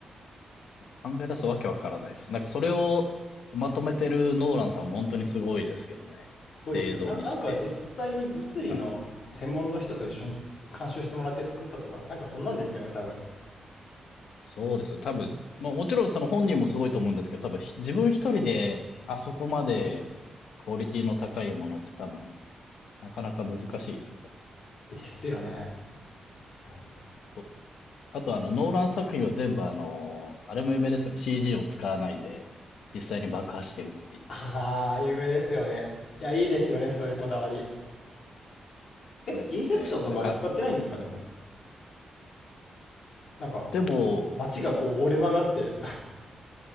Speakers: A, on the left (about 85°); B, on the left (about 65°).
A: ー、考え出すわけわからないです。なんかそれをまとめてるノーランさんも本当にすごいですけどね。
B: すごいですよね。
A: で、映像にして。
B: な、なんか実際に物理の専門の人と一緒に監修してもらって作ったとか、
A: はい
B: なんかそんなんでしたよね、多分。
A: そうですよ。多分、まあもちろんその本人もすごいと思うんですけど、多分ひ自分一人であそこまでクオリティの高いものって多分なかなか難しいですよね。
B: ですよね。確かに。
A: そう。あとあのノーラン作品は全部あの、あれも有名ですよね。CG を使わないで実際に爆破してるっていう。
B: ああ、有名ですよね。いや、いいですよね、そういうこだわり。
A: はい。すごいですよね。
B: え、インセプションとかあれ使ってないんですか、
A: なんか、
B: でも。なんか、
A: でも、
B: 街がこう折れ曲がって